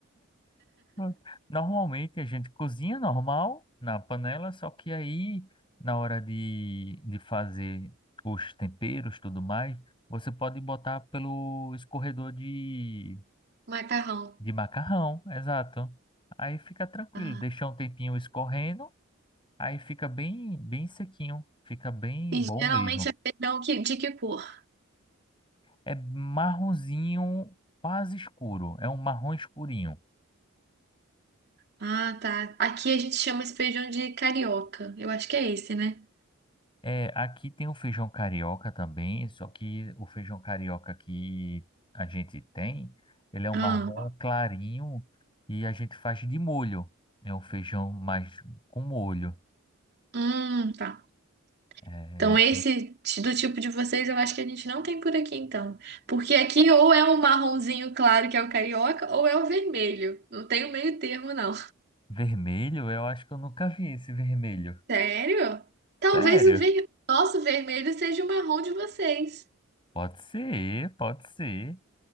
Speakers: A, on the left; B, on the right.
A: Pronto. Normalmente a gente cozinha normal na panela, só que aí na hora de, de fazer os temperos, tudo mais, você pode botar pelo escorredor de,
B: Macarrão.
A: de macarrão, exato. Aí fica tranquilo,
B: Ah,
A: deixa um tempinho escorrendo, aí fica bem bem sequinho, fica bem
B: E
A: bom
B: geralmente
A: mesmo.
B: é feijão que, de que cor?
A: É marronzinho, quase escuro, é um marrom escurinho.
B: Ah, tá. Aqui a gente chama esse feijão de carioca. Eu acho que é esse, né?
A: É, aqui tem o feijão carioca também, só que o feijão carioca que a gente tem, ele é um
B: Ah,
A: marrom clarinho e a gente faz de molho. É um feijão mais com molho.
B: hum, tá.
A: É,
B: Então, esse ti- do tipo de vocês eu acho que a gente não tem por aqui, então. Porque aqui ou é um marronzinho claro, que é o carioca, ou é o vermelho. Não tem o meio termo, não.
A: vermelho, eu acho que eu nunca vi esse vermelho.
B: Sério? Talvez
A: Sério?
B: o ver... nosso vermelho seja o marrom de vocês.
A: Pode ser, pode ser.